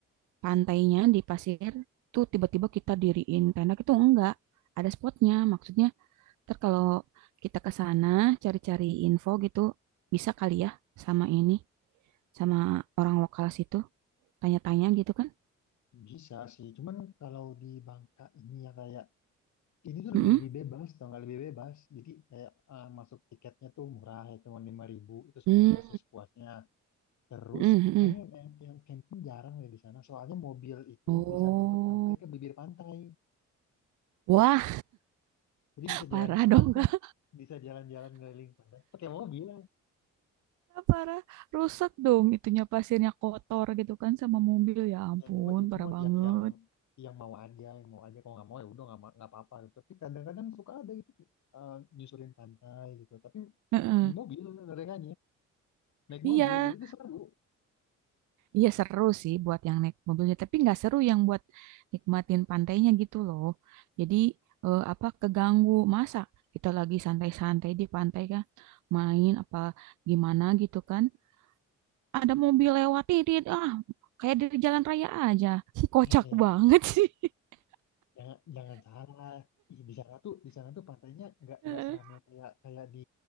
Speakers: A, on the right; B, on the left.
A: pantainya di pasir tuh tiba-tiba kita diriin tenda itu enggak. Ada spotnya, maksudnya Ntar kalau kita ke sana cari-cari info gitu, bisa kali ya sama ini, sama orang lokal situ, tanya-tanya gitu kan?
B: Bisa sih, cuman kalau di Bangka ini ya kayak ini tuh lebih
A: Mm-mm.
B: lebih bebas, tau nggak lebih bebas. Jadi kayak eh, masuk tiketnya tuh murah ya, cuma lima ribu itu sebebasnya
A: Hmm,
B: sepuasnya. Terus
A: mm-mm,
B: kayaknya
A: mm
B: yang, yang camping jarang deh di sana, soalnya mobil itu
A: Oh,
B: bisa masuk sampai ke bibir pantai.
A: wah
B: Jadi bisa
A: parah
B: jalan-jalan
A: dong,
B: tuh,
A: <laughs>
B: bisa jalan-jalan ngeliling pantai pakai mobil.
A: gak parah, rusak dong itunya pasirnya kotor gitu kan sama mobil ya ampun
B: ya itu mah itu
A: parah
B: mah
A: banget.
B: yang yang yang mau aja yang mau aja kalau nggak mau ya udah nggak ma- nggak apa-apa gitu. tapi kadang-kadang suka ada gitu eh, nyusurin pantai gitu tapi
A: Heeh.
B: di mobil mereka naik
A: Iya,
B: mobil gitu itu seru
A: Iya seru sih buat yang naik mobilnya, tapi nggak seru yang buat nikmatin pantainya gitu loh. Jadi, eee, apa, keganggu. Masa kita lagi santai-santai di pantai kan, main apa gimana gitu kan, ada mobil lewat, "Tidit," ah, kayak di jalan raya aja. <laughs> Kocak
B: eh,
A: banget sih. <laughs>
B: jangan jangan salah Ih, di sana tuh di sana tuh pantainya nggak
A: Heeh.
B: nggak seramai kayak kayak di